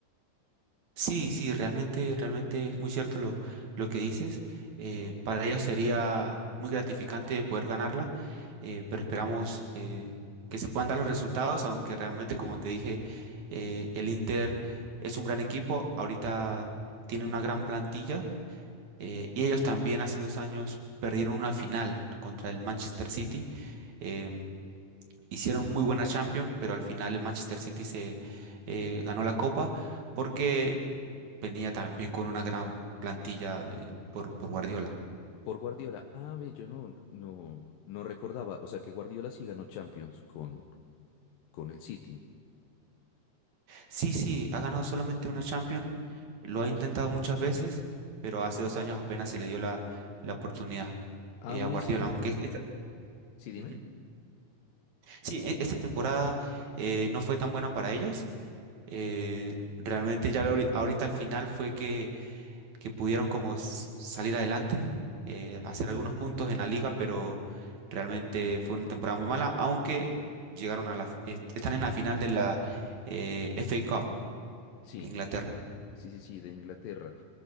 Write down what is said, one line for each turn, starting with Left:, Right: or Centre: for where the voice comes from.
Right: sí, sí, realmente, realmente es muy cierto lo, lo que dices. Eh, para ellos sería muy gratificante poder ganarla, eh, pero esperamos eh, que se puedan dar los resultados, aunque realmente, como te dije, eh, el Inter es un gran equipo, ahorita tiene una gran plantilla, eh, y ellos también hace dos años perdieron una final contra el Manchester City. em, hicieron muy buena Champions, pero al final el Manchester City se eh, ganó la copa porque venía también con una gran plantilla eh, por, por Guardiola.
Left: Por Guardiola, ah, ve, yo no, no, no recordaba, o sea que Guardiola sí ganó Champions con, con el City.
Right: Sí, sí, ha ganado solamente una Champions, lo ha intentado muchas veces, pero hace dos años apenas se le dio la, la oportunidad
Left: Ah,
Right: eh,
Left: buenísimo.
Right: a Guardiola, aunque es- esta,
Left: Sí, dime.
Right: Ujú. Sí, e- esta temporada eh, no fue tan buena para ellos. eh, realmente ya ahori- ahorita al final fue que que pudieron como s- salir adelante, eh, hacer algunos puntos en la liga, pero realmente fue una temporada muy mala, aunque llegaron a la, f- est- están en la final de la eh, FA Cup
Left: Sí,
Right: de Inglaterra.
Left: sí, sí, sí, de Inglaterra.